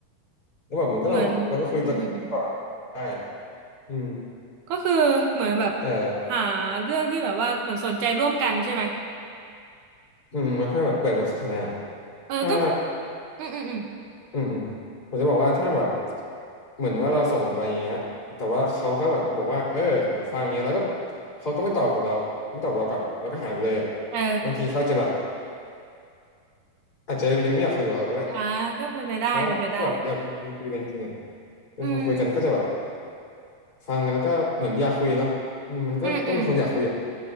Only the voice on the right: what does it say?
เหมือนอืมอืมอืม
ก็คือเหมือนแบบ
หาเรื่องที่แบบว่าเหมือนสนใจร่วมกันใช่ไหม
เออก็
อืมอืมอืม
เออ
อ่าก็เป็นไปได้เป็นไปได้
อืม
อืมอืม